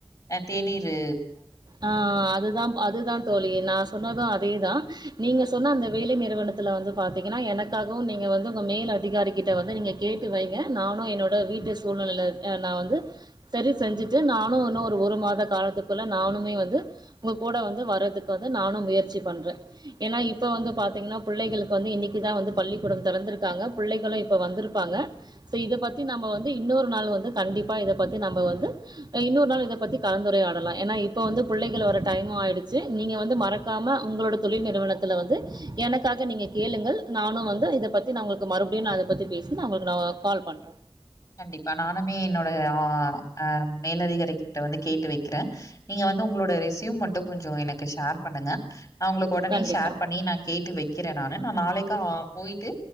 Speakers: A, on the left; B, on the right.
A: ஆஹ் தேநீரு
B: ஆஹ் அதுதா அதுதா தோழி நா சொன்னது அதேதா நீங்க சொன்ன அந்த வேல நிறுவனத்து வந்து பா்த்தீங்கன்னா எனக்காகவு நீங்க வந்து உங்க மேல் அதிகாரிகிட்ட வந்து நீங்க கேட்டு வைங்க நானு என்னோட வீட்டு சூழ்நிலை வந்து சரி செஞ்சுட்டு நானு இன்னு ஒரு மாத காலத்துக் நானுமே வந்து உங்க கூட வந்து வர்றதுக்கு வந்து நானு முயற்சி பண்ற ஏன்னா இப்ப வந்து பாத்தீங்கன்னா பிள்ளைகளுக்கு வந்து இன்னைக்குதா வந்து பள்ளிக்கூடோ திறந்திருக்காங்க பிள்ளைகளு இப்ப வந்திருப்பாங்க சா இத பத்தி நம்ம வந்து இன்னொரு நாள் வந்து கண்டிப்பா இதை பத்தி ந நம்ப வந்து இன்னொரு நாள் இதை பத்தி கலந்துரையாடலா ஏன்னா இப்ப வந்து பிள்ளைகள் வர டைமு ஆயிடுச்சு நீங்க வந்து மறக்காம உங்களோட தொழில் நிறுவனத்துல வந்து எனக்காக நீங்க கேளுங்கள் நானு வந்து இத பத்தி நா உங்களுக்கு மறுபடியு நா அத பத்தி பேசி நா உங்களுக்கு நா கால் பண்ற
A: கண்டிப்பா நானுமே என்னோட ஆஹ அஹ் மேலதிகார கிட்ட வந்து கேட்டு வைக்கிறேன் நீங்க வந்து உங்களோட ரெசயூ மட்டு கொஞ்சம் எனக்கு ஷேர் பண்ணுங்க அவங்களுக்கு உடனே
B: கண்டிப்பா,
A: ஷேர் பண்ணி நா கேட்டு வை க்கிற நானு நா நாளைக்கா போயிட்டு